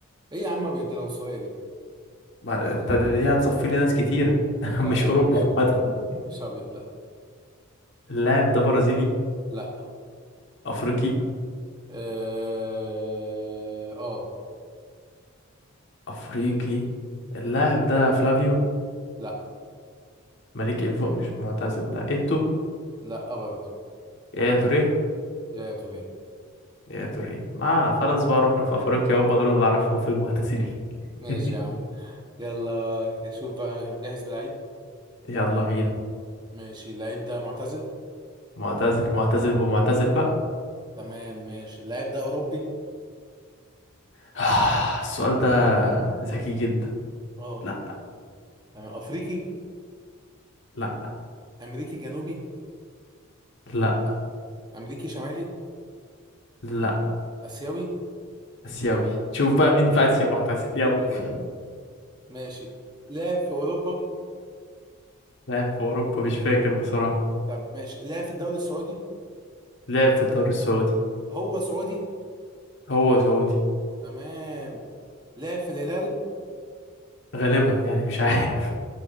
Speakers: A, on the right; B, on the left.
A: ايه يا عم ابيض دي العنصريه دي
B: ما أنت دي هتصفي لي ناس كتيرة <laughs> مش
A: لا لا
B: أوروبي
A: لا مش
B: عامة
A: مش ابيض لا
B: اللاعب ده برازيلي
A: لا
B: أفريقي
A: اه آه،
B: أفريقي اللاعب ده فلافيو
A: لا
B: مليك إيفو مش معتزل ده إيتو
A: لا برضه
B: يا توريه
A: يا يا توريه
B: يا تري ما خلاص بقى رحنا في افريقيا هم دول اللي اعرفهم في المعتزلين
A: ماشي
B: <laughs>
A: يا عم يلا شوف بقى جاهز بلعيب
B: <laughs> يلا بينا
A: ماشي اللعيب ده معتزل
B: معتزل معتزل بمعتزل بقى
A: تمام ماشي اللعيب ده اوروبي
B: <sighs> السؤال ده ذكي جدا
A: اه
B: لا
A: تمام افريقي
B: لا
A: امريكي جنوبي
B: لا
A: امريكي شمالي
B: لا
A: اسيوي
B: اسيوي شوف بقى مين في اسيا معتزل يلا
A: ايه ده
B: <laughs>
A: ماشي لعب في اوروبا
B: لعب في اوروبا مش فاكر بصراحة
A: طب ماشي لعب في الدوري السعودي
B: لعب في الدوري السعودي
A: هو سعودي
B: هو سعودي
A: تمام لعب في الهلال
B: غالبا يعني مش عارف